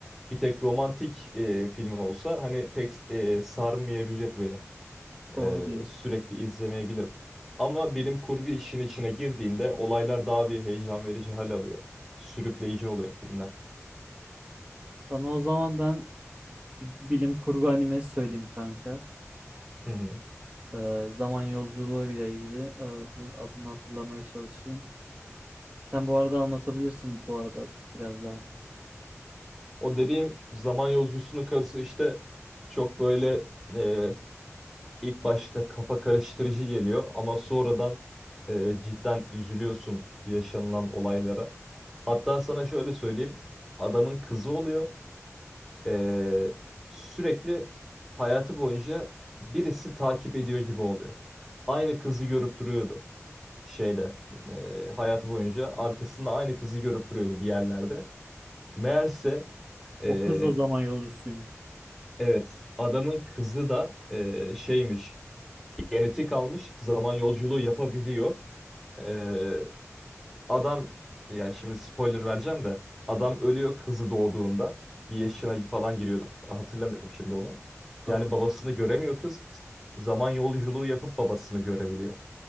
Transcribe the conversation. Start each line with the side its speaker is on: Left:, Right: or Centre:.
Centre: Bir tek romantik e, film olsa hani pek e, sarmayabilir beni.
Right: Doğru
Centre: E,
Right: diyorsun.
Centre: sürekli izlemeyebilirim. Ama bilim kurgu işin içine girdiğinde olaylar daha bir heyecan verici hal alıyor. Sürükleyici oluyor filmler.
Right: Sana o zaman ben bilim kurgu animesi söyleyeyim kanka.
Centre: Hı hı.
Right: Ee, zaman yolculuğu ile ilgili. Ee, dur adını hatırlamaya çalışayım. Sen bu arada anlatabilirsin bu arada biraz daha.
Centre: O dediğim zaman yolcusunun karısı işte çok böyle e, ilk başta kafa karıştırıcı geliyor ama sonradan e, cidden üzülüyorsun yaşanılan olaylara. Hatta sana şöyle söyleyeyim. Adamın kızı oluyor. Ee, sürekli hayatı boyunca birisi takip ediyor gibi oluyor. Aynı kızı görüp duruyordu şeyde. ee, hayatı boyunca arkasında aynı kızı görüp duruyordu bir yerlerde. Meğerse ee,
Right: O kız da zaman yolcusuymuş.
Centre: evet adamın kızı da ee, şeymiş genetik almış zaman yolculuğu yapabiliyor. E, Adam yani şimdi spoiler vereceğim de adam ölüyor kızı doğduğunda. Bir yaşına falan giriyordu. Hatırlamıyorum şimdi onu.
Right: Tamam.
Centre: Yani babasını göremiyor kız. Zaman yolculuğu yapıp babasını görebiliyor.